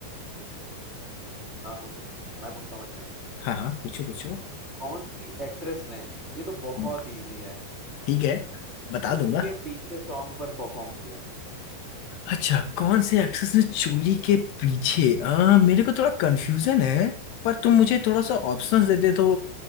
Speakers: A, on the right; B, on the left.
A: हाँ पूछो मैं पूछता हूँ अच्छा
B: हाँ हाँ पूछो पूछो
A: कौन सी एक्ट्रेस ने ये तो बहुत
B: हम्म,
A: इजी है
B: ठीक है बता
A: चोरी
B: दूंगा
A: के पीछे सॉन्ग पर परफॉर्म किया
B: अच्छा कौन से एक्ट्रेस ने चोली के पीछे आ, मेरे को थोड़ा कंफ्यूजन है पर तुम मुझे थोड़ा सा ऑप्शंस देते तो